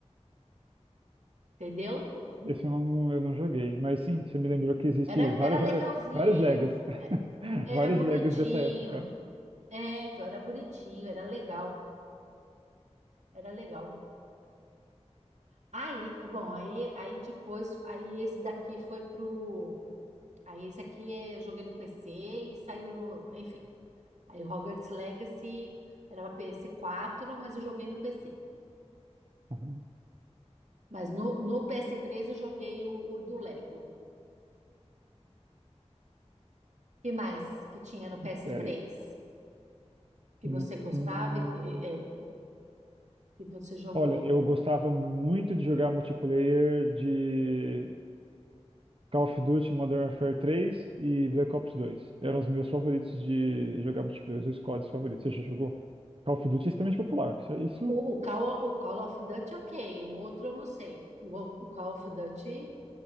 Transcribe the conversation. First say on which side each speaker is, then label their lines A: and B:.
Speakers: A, on the right; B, on the right.
A: entendeu?
B: Esse eu não, eu não joguei. Mas sim, você me lembrou que existe
A: Era,
B: vários,
A: era legalzinho,
B: vários Legos. <laughs>
A: era
B: Vários
A: bonitinho.
B: Legos dessa época.
A: É, então era bonitinho, era legal, era legal. Aí, bom, aí, aí depois, aí esse daqui foi pro. Aí esse aqui é, eu joguei no PC e saiu no. Enfim. Aí Hogwarts Legacy era pra ps quatro mas eu joguei no PC.
B: Uhum.
A: Mas no, no PS3 eu joguei o, o do Lego. O que mais que tinha no PS3
B: Pera aí.
A: que
B: Hum,
A: você gostava
B: hum.
A: e que, é, que você jogou?
B: Olha, eu gostava muito de jogar multiplayer de Call of Duty Modern Warfare 3 e Black Ops 2. Eram os meus favoritos de jogar multiplayer, os meus squads favoritos. Você já jogou? Call of Duty é extremamente popular. Isso, isso
A: O, o, Call, o Call of Duty, ok. O outro eu não sei. O, o Call of Duty